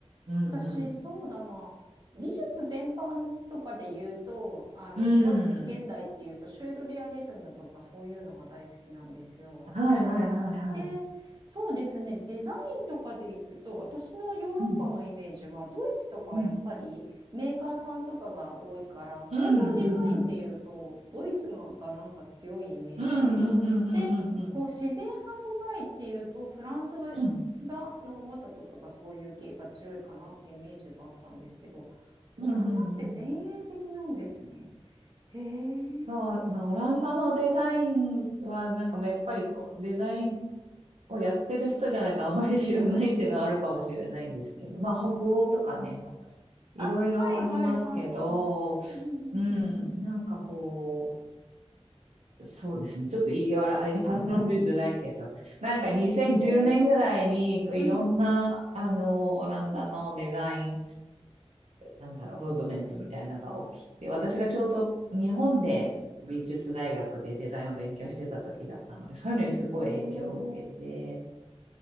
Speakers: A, on the right; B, on the right.
A: うんうん。
B: 私、そうだな。美術全般とかで言うと、あの、
A: う
B: も、現代っていうと、
A: ん。
B: シュールレアリズムとかそういうのが大好きなんですよ。
A: はいはいはいはい。
B: で、そうですね、デザインとかでいくと、私のヨーロッパのイメージは、
A: うん、
B: ドイツとかはやっぱりメーカーさんとかが多いから、
A: うん。うんうんうん。
B: 工業デザインっていうと、ドイツのがなんか強いイメージ。
A: うんうんうんうんうんうん。
B: で、こう自然派素材っていうと、フランスが、
A: うん
B: がのおもちゃとかがそういう系が強いかなってイメージがあったんですけど、オランダって前衛的なんですね。
A: うんうんうん。
B: へえ。
A: そう、まあ、オランダのデザインは、なんかまあやっぱりこう、デザインをやってる人じゃないとあんまり知らないっていうのはあるかもしれないんですけど、まあ北欧とかね、またいろいろありますけど、
B: あ、はいはいはいはい。うんうんうんうん
A: うん、なんかこう、そうですね、ちょっと言い笑いがりづらいけど、なんか2010年ぐらいにいろんな、
B: えへえ。うん。
A: あの、オランダのデザイン、
B: うん
A: なんだろう、ムーブメントみたいなのが起きて、私がちょうど日本で美術大学でデザインを勉強してた時だったので、そういうのにすごい影響を受けて、
B: おー。